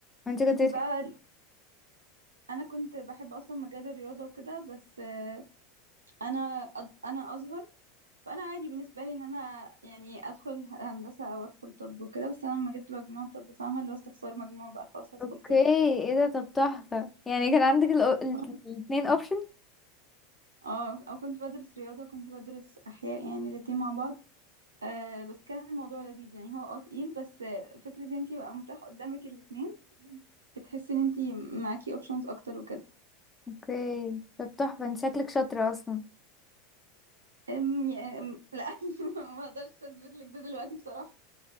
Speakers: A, on the left (about 15°); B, on the right (about 75°).
A: انت كنت
B: انتي
A: بتحبي
B: بقى انا كنت بحب اصلا مجال الرياضة وكده بس آه، انا أد- انا ازهر فانا عادي بالنسبة لي ان انا يعني ادخل هندسة او ادخل طب وكده بس انا لما جبت مجموع طب فاهمة اللي هو استخسار مجموع بقى خلاص هدخل
A: اوكي
B: طب
A: ايه ده طب تحفة يعني كان عندك الأو... ال-
B: آه،
A: الاتنين اوبشن
B: اه او كنت بدرس رياضة وكنت بدرس احياء يعني الاتنين مع بعض آه بس كان الموضوع لذيذ يعني هو اه تقيل بس آه، فكرة ان انتي بقى متاح قدامك الاتنين بتحسي ان انتي معاكي اوبشنز اكتر وكده
A: اوكي طب تحفة انت شكلك شاطرة اصلا
B: أم يا أم لا <laughs> ما اقدرش اثبت لك ده دلوقتي بصراحة